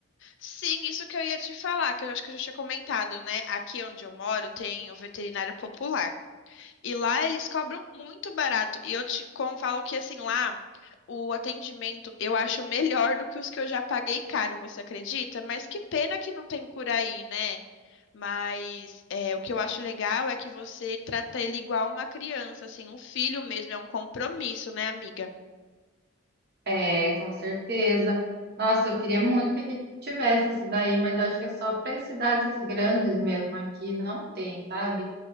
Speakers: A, on the left; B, on the right.
A: Sim, isso que eu ia te falar, que eu acho que eu já tinha comentado, né? Aqui onde eu moro tem o veterinário popular. E lá eles cobram muito barato. E eu te com- falo que assim, lá o atendimento eu acho melhor do que os que eu já paguei caro, você acredita? Mas que pena que não tem por aí, né? Mas é, o que eu acho legal é que você trata ele igual uma criança, assim, um filho mesmo, é um compromisso, né, amiga?
B: É, com certeza. Nossa, eu queria muito que aqui tivesse isso daí, mas acho que é só para cidades grandes mesmo. Aqui não tem, sabe?